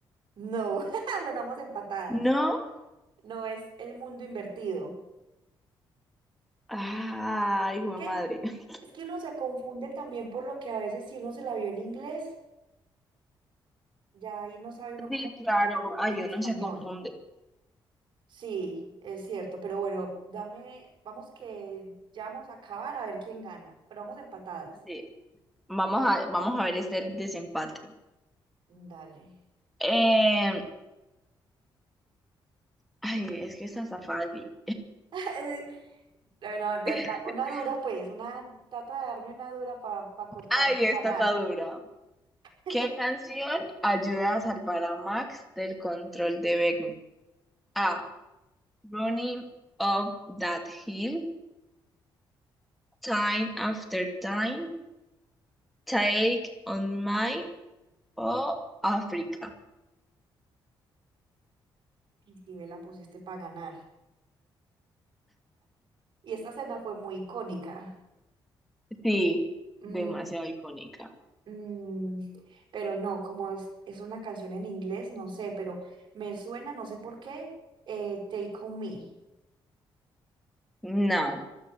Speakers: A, on the right; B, in the centre.
A: No, <laughs> bueno, vamos empatadas.
B: No.
A: No es el mundo invertido.
B: Ay, hijo
A: ¿Qué?
B: de madre. <laughs>
A: Es que uno se confunde también por lo que a veces si uno se la vio en inglés, ya ahí no sabe uno cómo
B: Sí, claro. Ay,
A: en español.
B: uno se confunde.
A: Sí, es cierto, pero bueno, dame, vamos que ya vamos a acabar a ver quién gana, pero vamos empatadas.
B: Sí. Vamos a, vamos a ver este el desempate.
A: Dale.
B: Eh, ay, es que esta está fácil.
A: <laughs> Bueno, de
B: <laughs>
A: la- una dura pues, una, trata de darme una dura para corcharme
B: Ay,
A: y ganar.
B: esta está dura.
A: <laughs>
B: ¿Qué canción ayuda a salvar a Max del control de Vecna? A. Running Up That Hill, Time After Time, Take On My o África.
A: ¿Y sí, me la pusiste para ganar. Y esta cena fue muy icónica.
B: Sí,
A: Mm,
B: demasiado icónica.
A: Mm, pero no, como es, es una canción en inglés, no sé, pero me suena, no sé por qué, eh, Take On Me.
B: No,